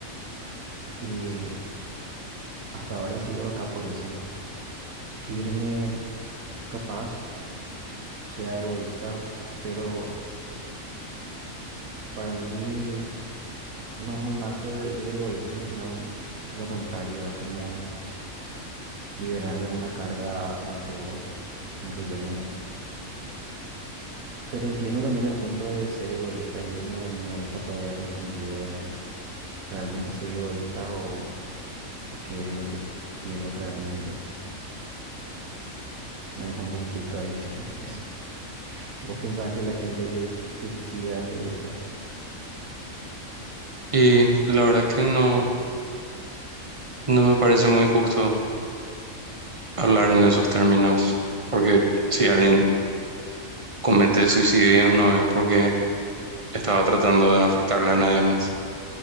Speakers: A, on the right; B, on the right.
A: y hasta ahora sigo acá por eso. Irme capaz sea egoísta, pero para mí... no es un acto de, de egoísmo, sino lo contrario, es como liberar de una carga a, a todos, incluyéndome. Pero entiendo también el punto de ser egoísta y eso me, me deja todavía confundido de ¿realmente soy egoísta o, o qué es lo que quiero realmente? Me dejó un conflicto ahí, <laughs> eso. ¿Vos pensás que la gente que se suicida es egoísta?
B: Y la verdad que no, no me parece muy justo hablar en esos términos, porque si alguien comete suicidio no es porque estaba tratando de afectarle a nadie más,